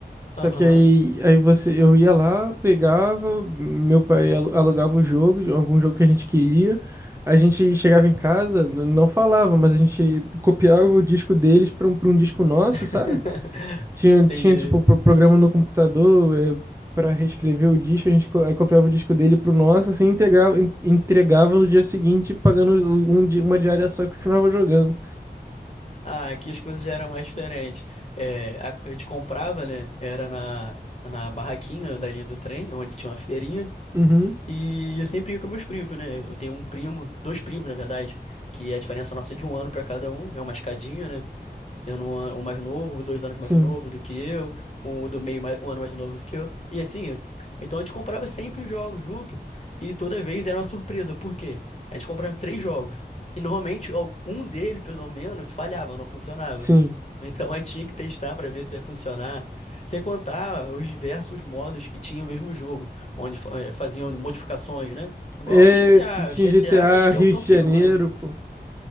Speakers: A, on the right (about 15°); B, on the left (about 40°).
A: Só
B: Aham.
A: que aí, aí você, eu ia lá, pegava, meu pai alu- alugava o jogo, algum jogo que a gente queria. A gente chegava em casa, n- não falava, mas a gente copiava o disco deles para um, para um disco nosso,
B: <laughs>
A: sabe? Tinha, tinha
B: Entendi.
A: tipo, pro- programa no computador, é, para reescrever o disco, a gente co- aí copiava o disco dele pro nosso, assim, integrava, en- entregava no dia seguinte, pagando um, di- uma diária só e continuava jogando.
B: Ah, aqui as coisas já eram mais diferentes. É, a, a gente comprava, né? Era na, na barraquinha da linha do trem, onde tinha uma feirinha.
A: Uhum,
B: E eu sempre ia com meus primos, né? Eu tenho um primo, dois primos, na verdade, que a diferença nossa é de um ano pra cada um, é uma escadinha, né? Sendo um, an- um mais novo, dois anos mais
A: sim,
B: novo do que eu, um do meio mais, um ano mais novo do que eu. E assim, então a gente comprava sempre os jogos juntos, e toda vez era uma surpresa, por quê? A gente comprava três jogos, e normalmente al- um dele, pelo menos, falhava, não funcionava.
A: sim.
B: Então aí tinha que testar para ver se ia funcionar. Sem contar os diversos modos que tinha o mesmo jogo, onde fa- eh, faziam modificações, né? Igual
A: É,
B: o GTA.
A: t- tinha
B: O GTA
A: GTA
B: acho que
A: Rio
B: é o campeão,
A: de Janeiro,
B: né?
A: pô.